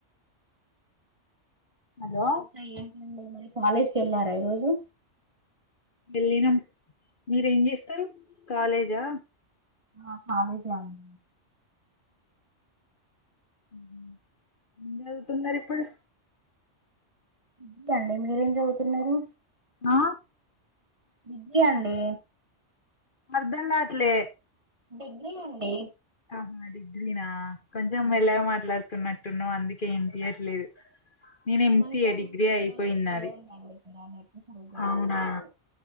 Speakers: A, on the left (about 45°); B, on the right (about 25°).
A: హలో
B: హ్మ్ నైట్ <unintelligible> కాలేజ్ కెళ్ళారా ఈరోజు?
A: వెళ్ళినాం, మీరేం చేస్తారు కాలేజా?
B: ఆ కాలేజే అండి.
A: ఏం చదువుతున్నారు ఇప్పుడు
B: <unintelligible> అండి మీరేం చదువుతున్నారు
A: ఆ
B: విద్య అండి
A: అర్ధం కాట్లే
B: డిగ్రీ అండి
A: అహా! డిగ్రీనా? కొంచెం
B: ఓ
A: మెల్లగా మాట్లాడ్ ఉన్నట్టున్నావ్ అందుకే వినిపీయట్లేదు నేను ఎం
B: కొంచెం
A: సి ఏ డిగ్రీ
B: సిగ్నల్
A: అయిపోయింది
B: స్లో
A: నాది
B: <inaudible> రావట్లేదు
A: అవునా